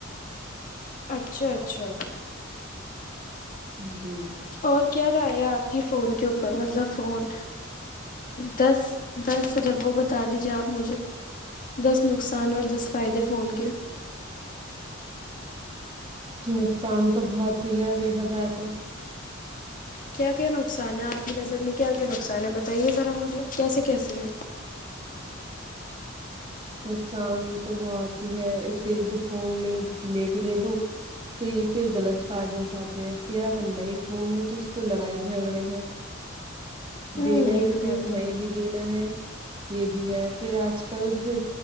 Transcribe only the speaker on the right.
ہوں جی
نقصان تو بہت ہی ہے دیکھا جائے تو
نقصان تو بہت ہی ہےے ایک دو فون لے لے کے دے دو تو یہ پھر غلط فائدہ اٹھاتے ہیں پھر اگر نئی فون دو تو اس پہ لڑائی جھگڑے ہیں
دینا
بھی ہے
ایک نہیں بھی دینا ہے یہ بھی ہے پھر آج کل پھر